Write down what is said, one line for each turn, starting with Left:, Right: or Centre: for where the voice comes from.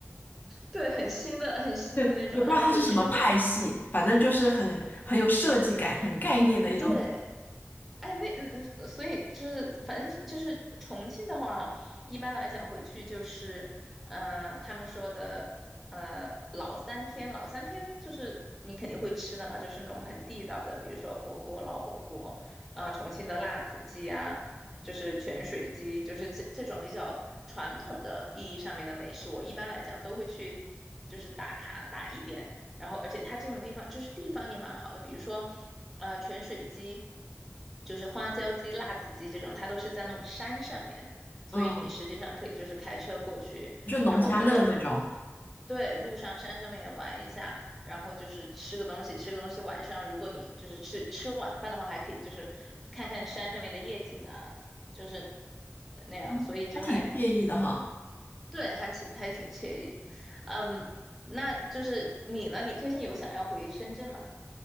Centre: 对，很新的很新的那种。
Left: 对，也不知道它是什么派系，
Centre: 然后回去之后，
Left: 反正就是很很有设计感、很概念的一种，
Centre: 对，哎，那嗯嗯，所以就是，反正是就是重庆的话，一般来讲回去就是，呃，他们说的，呃，老三篇，老三篇就是你肯定会吃的嘛，就是那种很地道的，比如说火锅、老火锅，啊、重庆的辣子鸡啊，就是泉水鸡，就是这这种比较传统的意义上面的美食，我一般来讲都会去，就是打卡打一遍。然后而且它这种地方就是地方也蛮好的，比如说呃泉水鸡，就是花椒鸡、辣子鸡这种，它都是在那种山上面，所以你实际上可以就是开车过去，
Left: 嗯，就农家乐那种，
Centre: 然后在对路上山上面玩一下，然后就是吃个东西，吃个东西晚上如果你就是吃吃晚饭的话，还可以就是看看山上面的夜景啊，就是那样，
Left: 嗯，
Centre: 所以就还
Left: 还挺惬意的哈。
Centre: 对还挺还挺惬意的，嗯。那就是你呢？你最近有想要回深圳吗？